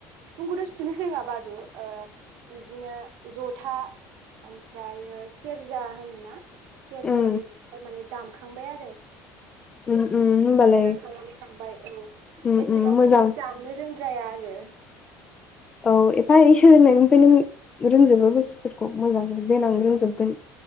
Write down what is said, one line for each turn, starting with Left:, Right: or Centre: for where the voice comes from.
Right: सिफुंखौथ' सुनि रङा बारु बिब्दिनो जथा ओमफ्राय सेरजा होनोना सेरजा
Left: उम
Right: बेखौ माने दामखांबाय आरो
Left: उम उम होमबालाय
Right: थ्राय खालामखांबाय औ
Left: उम
Right: एसेबांबो
Left: उम मोजां
Right: बिदि दामनो रोंद्राया आरो
Left: औ एफा एनै सोलोंनायनिफ्रायनो रोंजोबो बुस्थुफोरखौ मोजां देनां रोंजोबगोन